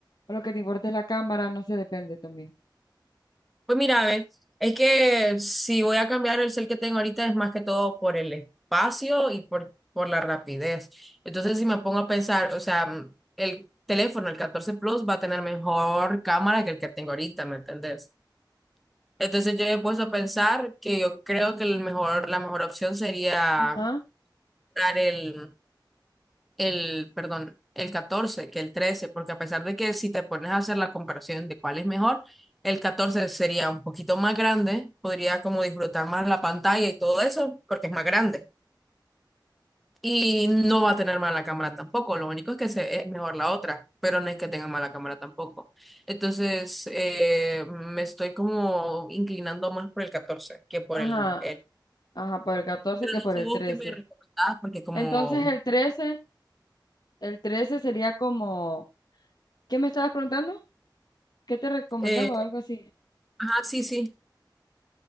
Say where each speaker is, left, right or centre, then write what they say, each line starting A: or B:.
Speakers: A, on the left; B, in the centre.
A: o lo que te importa es la cámara, no sé, depende también.
B: Pues mira, a ver, es que si voy a cambiar el cel que tengo ahorita es más que todo por el espacio y por, por la rapidez. Entonces, si me pongo a pensar, o sea, mm, el teléfono, el 14 Plus, va a tener mejor cámara que el que tengo ahorita, ¿me entendés? Entonces, yo he puesto a pensar que yo creo que el mejor, la mejor opción sería
A: Ajá,
B: comprar el el, perdón, el 14 que el trece porque a pesar de que si te pones a hacer la comparación de cuál es mejor, el 14 sería un poquito más grande, podría como disfrutar más la pantalla y todo eso, porque es más grande. Y no va a tener mala cámara tampoco, lo único es que se, es mejor la otra, pero no es que tenga mala cámara tampoco. Entonces, eh, me estoy como inclinando más por el 14 que por
A: ajá.
B: el, el...
A: Ajá, por el 14
B: Pero
A: que
B: no
A: por
B: sé
A: el
B: vos
A: trece
B: qué me recomendás, porque como...
A: Entonces el trece el 13 sería como, ¿qué me estabas preguntando? ¿Qué te recomendaba?
B: eh,
A: Algo así.
B: ajá, sí, sí.